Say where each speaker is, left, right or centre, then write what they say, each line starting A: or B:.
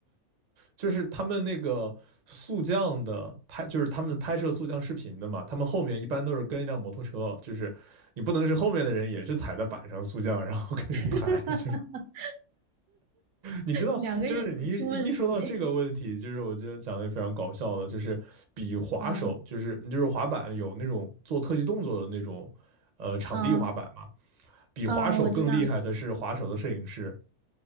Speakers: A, on the right; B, on the right.
A: 就是他们那个速降的拍，就是他们拍摄速降视频的嘛，他们后面一般都是跟一辆摩托车，就是你不能是后面的人也是踩在板上速降，然后跟你拍，
B: <laughs>
A: <laughs> 就是你知道，
B: 两个一起出问题。
A: 就是你一一说到这个问题，就是我觉得讲的也非常搞笑的，就是比滑手，
B: 嗯
A: 就是你就是滑板有那种做特技动作的那种，呃，场地滑板嘛，
B: 嗯
A: 比滑手更厉害的是滑手的摄影师。
B: 嗯，我知道，